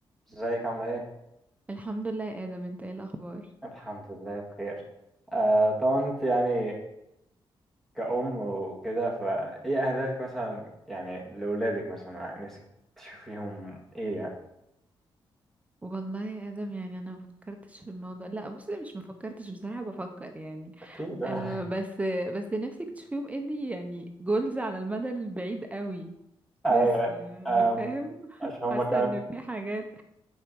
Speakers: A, in the centre; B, on the right.
A: ازيك عاملة ايه؟
B: الحمد لله يا آدم انت ايه الأخبار
A: الحمد لله بخير آه طبعا انت يعني كأم وكده فايه أهدافك مثلا يعني لأولادك مثلا يعني نفسك تشوفيهم ايه يعني؟
B: والله يا آدم يعني أنا مفكرتش في الموضوع لا بص مش مفكرتش بصراحة بفكر يعني
A: أكيد آه.
B: آه
A: <laughs>
B: بس بس نفسك تشوفيهم ايه دي يعني جولز على المدى البعيد قوي
A: ايوه
B: لسه يعني
A: آم،
B: فاهم
A: عشان هما
B: حاسة
A: كان
B: ان في حاجات